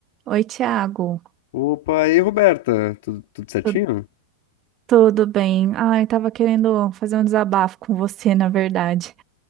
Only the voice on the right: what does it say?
Oi, Thiago.
Tu- Tudo bem? Ai, tava querendo fazer um desabafo com você, na verdade.